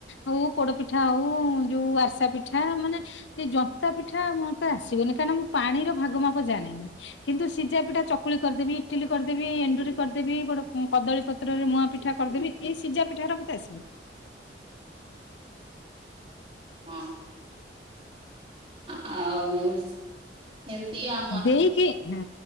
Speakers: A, on the left; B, on the right.
A: ହଉ ପୋଡପିଠା ହଉ। ଯୋଉ ଆସା ପିଠା ମାନେ ଏଇ ଜନ୍ତା ପିଠା ମତେ ଆସିବନି କାହିଁକନା ମୁଁ ପାଣିର ଭାଗ ମାପ ଜାଣି ନି। କିନ୍ତୁ ସିଝା ପିଟା ଚକୁଳି କରିଦେବି ଇଟିଲି କରିଦେବି ଏଣ୍ଡୁରି କରିଦେବି ଗୋଟେ କଦଳୀ ପ ପତ୍ରରେ ମୁଆଁ ପିଠା କରିଦେବି ଏଇ ଶିଯା ପିଠାରା ମତେ ଆସିବନି।
B: ହଁ। ଆଉ ଏମତି ଆଉ।
A: ଦେଇକି ହଁ